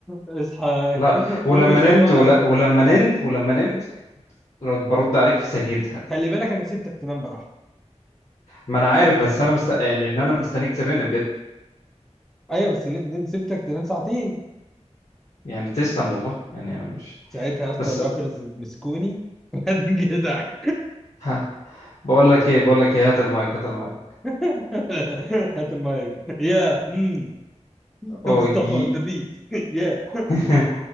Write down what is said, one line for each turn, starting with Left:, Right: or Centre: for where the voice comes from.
Centre: اصحى
Left: لا
Centre: <laughs>
Left: ولما
Centre: قوم يا فواز
Left: نمت ولا... ولما نمت ولما نمت رد- برد عليك في ثانيتها
Centre: خلي بالك أنا سبتك تنام براحة
Left: ما انا عارف بس انا مست... لان انا مستنيك ترن بجد
Centre: أيوة بس ن- سبتك تنام ساعتين
Left: يعني تسلم والله يعني انا مش
Centre: ساعتها يا اسطى
Left: بس
Centre: الرابرز مسكوني <laughs> وقعدت جدعك
Left: ها بقول لك ايه بقول لك ايه هات المايك هات المايك
Centre: <laughs> هات المايك يا مم.
Left: اوه
Centre: مصطفى
Left: يي
Centre: اون ذا بيت <laughs> يا
Left: <laughs>